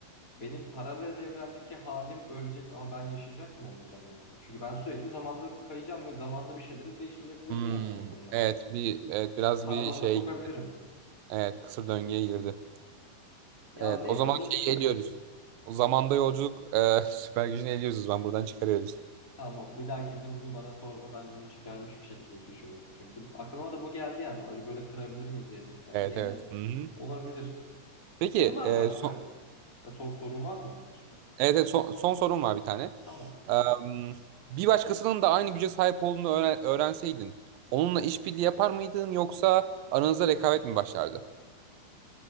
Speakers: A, on the left; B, on the right.
A: Benim paralel evrendeki halim ölecek ama ben yaşayacak mı olacağım yani? Çünkü ben sürekli zamanda kayacağım ve zamanda bir şeyleri değiştirebilirim
B: Hmm,
A: yani bu bakımdan.
B: evet bir evet biraz
A: Paradoksa
B: bir şey
A: sokabilirim.
B: evet kısır döngüye girdi.
A: Ya
B: Evet
A: neyse
B: o zaman
A: bunu düşünmeyelim.
B: şeyi eliyoruz. O zamanda yolculuk e, <laughs> süper gücünü eliyoruz ben buradan çıkarıyoruz.
A: Tamam bir dahakinde bunu bana sorma. Ben bunu çıkarmış bir şekilde düşünelim. Çünkü aklıma da bu geldi yani. Acaba böyle kırabilir miyiz diye sistemi
B: Evet
A: diye
B: evet.
A: de
B: Hı-hı.
A: olabilir.
B: Peki
A: Senin var
B: e,
A: mı başka?
B: son
A: Ya, sor, sorun var mı başka?
B: evet, evet son, son sorum var bir tane.
A: Tamam.
B: Em, bir başkasının da aynı güce sahip olduğunu öğren- öğrenseydin onunla işbirliği yapar mıydın yoksa aranızda rekabet mi başlardı?